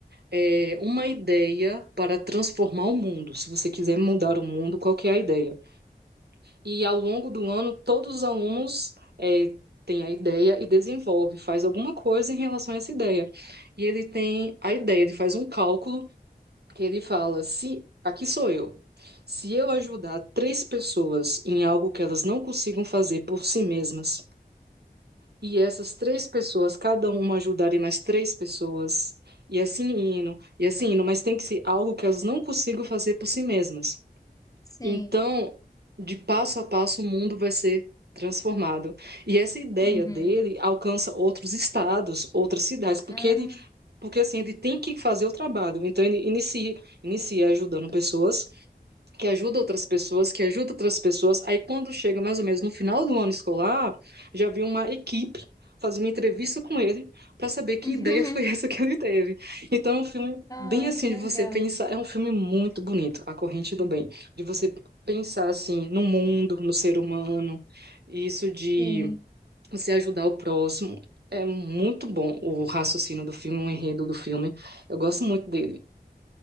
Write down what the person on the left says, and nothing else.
Sim.
Uhum.
Ah.
<laughs>
Ai,
que legal.
Sim.